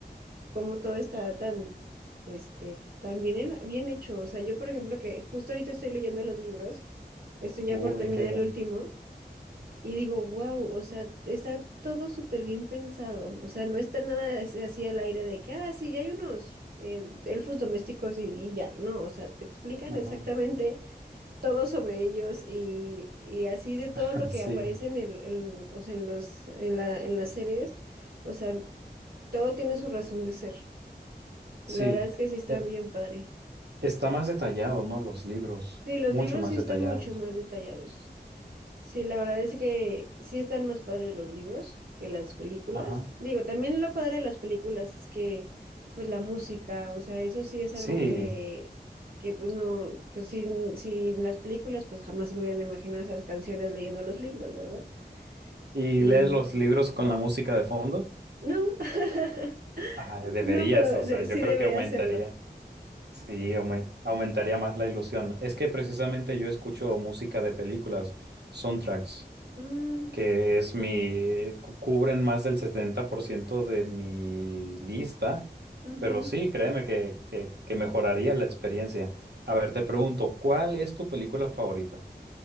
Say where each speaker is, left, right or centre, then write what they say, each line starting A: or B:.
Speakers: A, on the right; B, on the right.
A: cómo todo está tan, este, tan bien, en- bien hecho. O sea, yo por ejemplo que justo ahorita estoy leyendo los libros, estoy ya
B: Uy,
A: por terminar
B: qué bien.
A: el último. Y digo, wow, o sea, está todo súper bien pensado. O sea, no está nada as- así al aire de que, ah, sí, ya hay unos eh, elfos domésticos y, y ya. No, o sea, te explican
B: Ajá.
A: exactamente todo sobre ellos y, y así de todo
B: <laughs>
A: lo que
B: Sí,
A: aparece en el, en- o sea, en los, en la, en las series. O sea, todo tiene su razón de ser. Y
B: sí.
A: la verdad es que sí está
B: Eh,
A: bien padre.
B: Está más detallado, ¿no? Los libros,
A: Sí, los
B: mucho
A: libros
B: más
A: sí están
B: detallados.
A: mucho más detallados. Sí, la verdad es que sí están más padres los libros que las películas.
B: Ajá.
A: Digo, también lo padre de las películas es que, pues la música, o sea, eso sí es
B: Sí.
A: algo que, que pues no, pues sin, sin las películas, pues jamás se me hubieran imaginado esas canciones leyendo los libros, ¿verdad?
B: ¿Y
A: Y
B: lees los libros con la música de fondo?
A: no, <laughs>
B: Ajá, deberías,
A: no, pero
B: o
A: de-
B: sea, yo
A: sí
B: creo
A: debería
B: que aumentaría.
A: hacerlo.
B: Sí, aumen- aumentaría más la ilusión. Es que precisamente yo escucho música de películas, soundtracks,
A: Mm,
B: que es mi, cu- cubren más del 70% de mi lista,
A: ujú.
B: pero sí, créeme que, que, que mejoraría la experiencia. A ver, te pregunto, ¿cuál es tu película favorita?